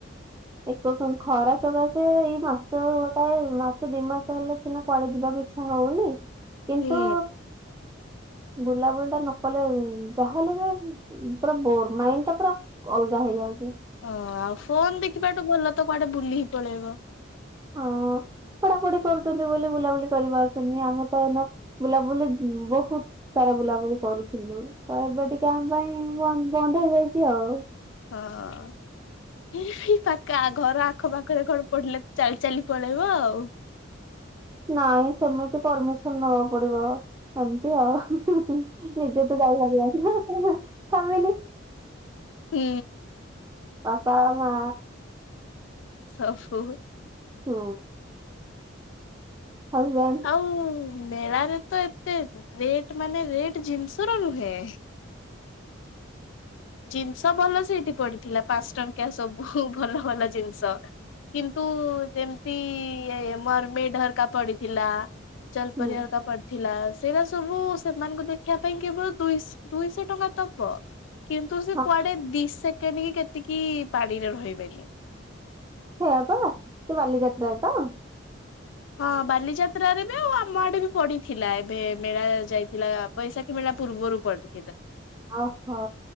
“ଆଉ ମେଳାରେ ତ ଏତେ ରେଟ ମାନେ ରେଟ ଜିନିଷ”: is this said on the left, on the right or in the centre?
Left